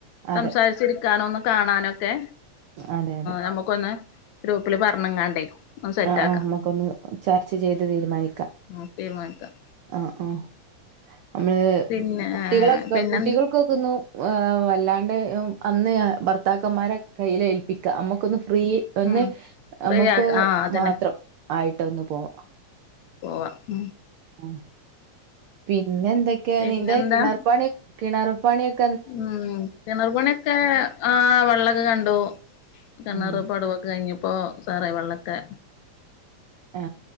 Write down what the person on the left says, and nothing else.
സംസാരിച്ചിരിക്കാണോന്ന് കാണാനൊക്കെ,
നമുക്കൊന്ന് ഗ്രൂപ്പിൽ പറഞ്ഞങ്ങാണ്ട് ന സെറ്റ്
ആക്കാം
ഉം തീരുമാനിക്കാം.
പിന്നെ
പിന്നെ
ഉം ഫ്രീ
ആക്ക ആ അതന്നെ
പോവാം ഉം
പിന്നെന്താ
ഉം കിണർപണിയൊക്കെ ആ വെള്ളക്കെ കണ്ടൂ. കണറ്
പടവൊക്കെ കഴിഞ്ഞപ്പോ സാറേ വെള്ളക്കെ